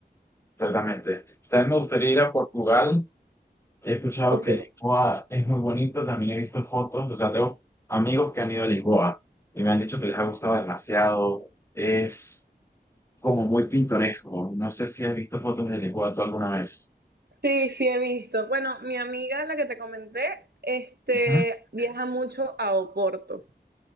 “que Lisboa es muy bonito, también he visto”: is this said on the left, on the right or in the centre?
Left